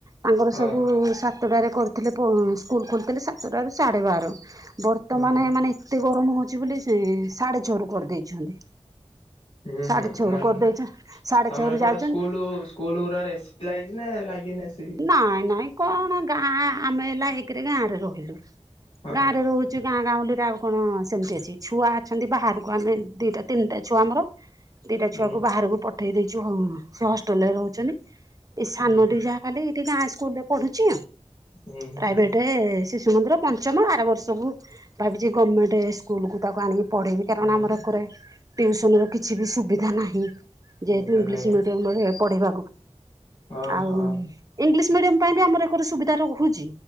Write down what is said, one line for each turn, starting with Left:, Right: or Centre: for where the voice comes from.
Right: ତାଙ୍କର
Left: ହଁ
Right: ସବୁ ସାତଟାରେ କରିଥିଲେ ପର ସ୍କୁଲ ଖୋଲିଥିଲେ ସାତଟା ରୁ ସାଢେ ବାର ତ ମାନେ
Left: ହୁଁ
Right: ମାନେ ଏତେ ଗରମ ହଉଛି ବୋଲି ସେ ସାଢେ ଛଅରୁ କରିଦେଇଛନ୍ତି
Left: ହୁଁ
Right: ସାଢେ
Left: ହୁଁ
Right: ଛଅରୁ
Left: ମାନେ
Right: କରିଦେଇଛ ସାଢେ
Left: ତମ
Right: ଛଅରୁ
Left: ଏପଟ
Right: ଯାଉଛନ୍ତି।
Left: ସ୍କୁଲ ସୁ ସ୍କୁଲ ଗୁଡାରେ ଏସିି ଲାଗଛି ନା ଲାଗିିନି ଏସି।
Right: ନାଇଁ ନାଇଁ କଣ ଗାଁ ଆମେ ହେଲା ଏକେରେ ଗାଁରେ ରହିଲୁ।
Left: ହଁ
Right: ଗାଁ ରେ ରହୁଛି ଗାଁ ଗାଁଉଁଲିରେ ଆଉ। କଣ ସେମିତି ଅଛି ଛୁଆ ଅଛନ୍ତି ବାହାରକୁ ଆମେ ଦିଟା ତିନିଟା ଛୁଆ ଆମର। ଦିଟା
Left: ହୁଁ
Right: ଛୁଆକୁ ବାହାରକୁ ପଠେଇ ଦେଇଛୁ ହୁଁ ସେ ହଷ୍ଟେଲ ରେ ରହୁଛନ୍ତି ଏଇ ସାନଟି
Left: ହୁଁ
Right: ଯାହା। ଖାଲି ଏଠି ଗାଁ ସ୍କୁଲରେ ପଢୁଛି
Left: ହୁଁ ହୁଁ
Right: ପ୍ରାଇଭେଟ ସି ମନ୍ଦିର ପଞ୍ଚମ ଆର ବର୍ଷକୁ ଭାବିଛି ଗମେଣ୍ଟ ସ୍କୁଲକୁ ତାକୁ ଆଣିଗି ପଢ଼େଇବି କାରଣ
Left: ହୁଁ।
Right: ଆମର ଏକରେ ଟିଉସନ ର କିଛିବି ସୁବିଧା ନାହିଁ।
Left: ଏମିତି
Right: ଯେହେତୁ ଇଂଲିଶ
Left: ନାଇଁ
Right: ମିଡିୟମରେ ପଢେଇବାକୁ
Left: ହଁ
Right: ଆଉ।
Left: ହଁ
Right: ଇଂଲିଶ ମିଡିୟମ ପାଇଁ ବି ଆମର ଏକରେ ସୁବିଧା ରହୁଛି।